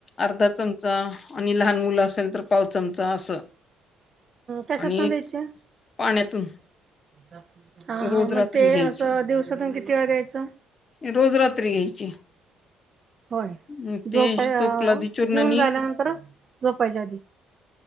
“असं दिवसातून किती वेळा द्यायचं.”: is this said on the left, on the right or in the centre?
Right